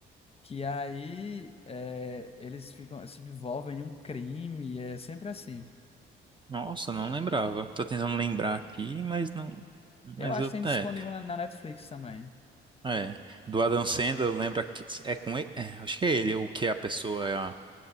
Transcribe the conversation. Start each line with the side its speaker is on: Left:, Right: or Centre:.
Left: que aí é, eles ficam, se envolvem em um crime, é sempre assim.
Right: Nossa, não lembrava. Tô tentando lembrar aqui, mas não. Mas
Left: Eu acho
Right: eu.
Left: que tem disponível
Right: É.
Left: na na Netflix também.
Right: É. Do Adam Sandler, lembra que. É com ele? É, acho que é ele, o que a pessoa.